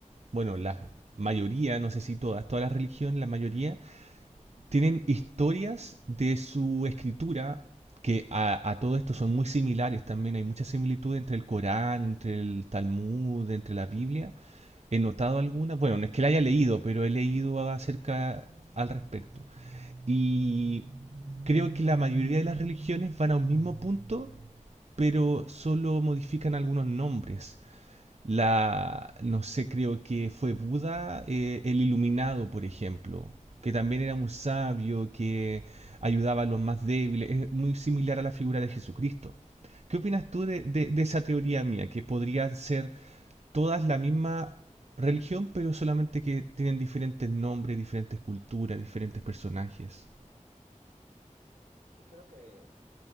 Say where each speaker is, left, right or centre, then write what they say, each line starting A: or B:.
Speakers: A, on the right; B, on the right.
A: bueno, la mayoría, no sé si todas, todas las religiones, la mayoría, tienen historias de su escritura que a, a todo esto son muy similares también. Hay mucha similitud entre el Corán, entre el Talmud, entre la Biblia. He notado algunas, bueno, no es que la haya leído, pero he leído acerca al respecto. Y creo que la mayoría de las religiones van a un mismo punto, pero solo modifican algunos nombres. La, no sé, creo que fue Buda, eh, el iluminado, por ejemplo, que también era un sabio, que ayudaba a los más débiles, es muy similar a la figura de Jesucristo. ¿Qué opinas tú de, de- de esa teoría mía, que podrían ser todas la misma religión, pero solamente que tienen diferentes nombres, diferentes culturas, diferentes personajes?
B: y creo que